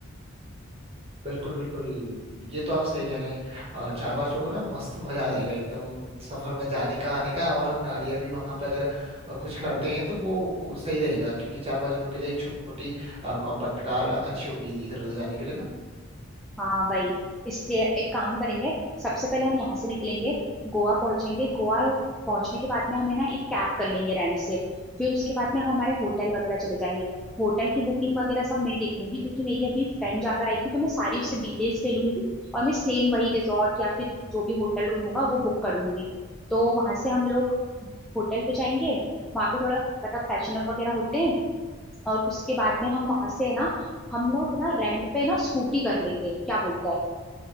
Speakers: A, on the right (about 25°); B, in the centre.
A: बिल्कुल बिल्कुल ये तो आप सही कह रहे हैं अ, चार पांच लोगों ना मस्त मजा आ जाएगा एकदम सफर में जाने का आने का और हम गाड़ियां भी वहां पे अगर अ, कुछ करते हैं तो वो सही रहेगा क्योंकि चार पांच जनों के लिए एक छोटी कॉम्पैक्ट कार अच्छी होगी इधर उधर जाने के लिए ना
B: हाँ वही इसलिए एक काम करेंगे सबसे पहले हम यहाँ से निकलेंगे गोवा पहुंचेंगे गोवा पहुंचने के बाद में हमें ना एक कैब कर लेंगे रेंट से फिर उसके बाद में हम हमारे होटल वगैरह चले जाएंगे होटल की बुकिंग वगैरह सब मैं देख लूंगी क्योंकि मेरी अभी फ्रेंड जाकर आई थी तो मैं सारी उससे डिटेल्स ले लूंगी और मैं सेम वही रिजॉर्ट या फिर जो भी होटल रूम होगा वो बुक कर दूंगी तो वहां से हम लोग होटल पे जाएंगे वहां पे थोड़ा मतलब फैशन अप वगैरह होते हैं और उसके बाद में हम वहां से है ना हम लोग ना रेंट पे ना स्कूटी कर लेंगे क्या बोलता है